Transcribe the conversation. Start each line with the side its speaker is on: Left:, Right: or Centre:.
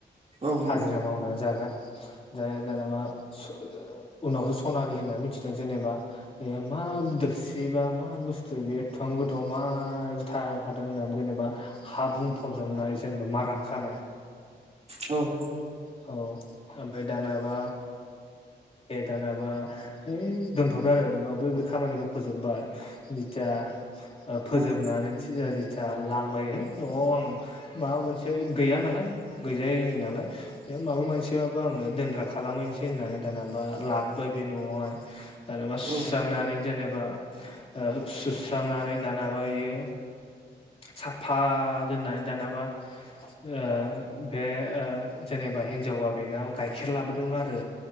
Right: औ नंगौ
Left: हाजिरा
Right: उम
Left: मावनानै जाग्रा दा दानाबा सु ओ उनावसो सनानि होनना मिथिदों जेनेबा बे मा दोबसि बा मा बुस्थु बे एथं गोथाव मा <unintelligible> थादों होननानै जेनेबा हा बुंफबजोबनाय जेनेबा माराम खानाय
Right: औ औ
Left: औ ओय दानाबा दानाबा है दोनथ'बाय आरो बै बे खामानिखौ फोजोबबाय जिथिया फोजोबनानै
Right: उम
Left: दा लांबायहाय न'आव आं माबा मोनसे गैया नालाय गैजा रोङि नालाय बेयाव माबा मोनसेबाबो आङो दोनग्रा खालामहैनोसै होननानै दानाबा लाबबाय बे न'आवहाय दानाबा सुस्रांनानै
Right: औ
Left: जेनेबा ओ <unintelligible> सुस्रांनानै दानाबा इयो साफा दोननानै दानाबा ओ बे ओ जेनेबा हिन्जावा बेनाव गाइखेर लाबोदोंमोन आरो